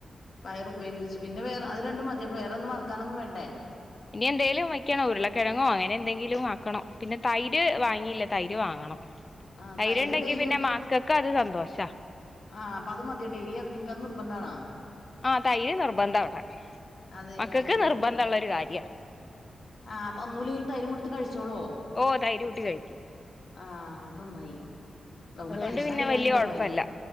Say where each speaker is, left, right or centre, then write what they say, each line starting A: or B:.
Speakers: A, on the left (about 50°); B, on the left (about 25°).
A: പയറ് ഉപയരിവെച്ചുപിന്നെ വേ അത് രണ്ടും മതി വേറെന്നും വറ്ക്കാനൊന്നും വേണ്ടേ
B: ഇനി എന്തേലും വയ്ക്കണം ഉരുളക്കിഴങ്ങോ അങ്ങനെ എന്തെങ്കിലും ആക്കണംപിന്നെ തൈര് വാങ്ങിയില്ല തൈര് വാങ്ങണം
A: ആഹ്
B: തൈര്ണ്ടെങ്കി
A: തൈര് ഡെയിലി
B: പിന്നെ മക്കക്ക് അത് സന്തോഷാ-
A: ആഹ് അപ്പൊ അത് മതി ഡെയിലി അത് നീക്ക്അത് നിർബന്ധാണൊ
B: ആഹ് തൈര് നിർബന്ധ ഇവിടെ
A: അതെല്ലേ
B: മക്കൾക്ക്
A: ആഹ്
B: നിർബന്ധം ഉള്ള ഒരു കാര്യ
A: ആഹ് ഒന്നൂല്ലെങ്കിലും തൈരും കൂടുത്തി കഴിച്ചോളോ
B: ഓഹ് തൈര് കൂട്ടികഴിക്കും
A: ആഹ് അത് നന്നായി നമുക്ക്
B: അതുകൊണ്ട്
A: ടെൻഷനടിക്കാനില്ലപ്പ
B: പിന്നെ വല്യ കൊഴപ്പല്ല
A: അയ്ല്